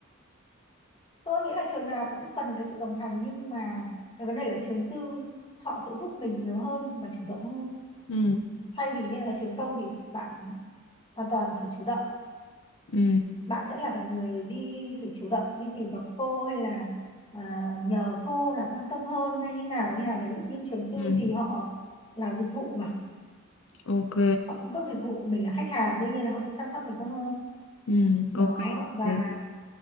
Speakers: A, on the left; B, on the left.
A: Tôi nghĩ là trường nào cũng cần cái sự đồng hành nhưng mà cái vấn đề là trường tư họ sẽ giúp mình nhiều hơn và chủ động hơn.
B: ừ.
A: Thay vì như là trường công thì bạn hoàn toàn phải chủ động,
B: Ừ.
A: bạn sẽ là phải người đi phải chủ động đi tìm gặp cô hay là à, nhờ cô là quan tâm hơn hay như nào như nào đấy. Nhưng trường tư
B: Ừ.
A: thì họ làm dịch vụ mà
B: ok
A: họ cung cấp dịch vụ mình là khách hàng đương nhiên là họ sẽ chăm sóc mình tốt hơn.
B: ừ.
A: Đó
B: ok
A: và
B: Thế-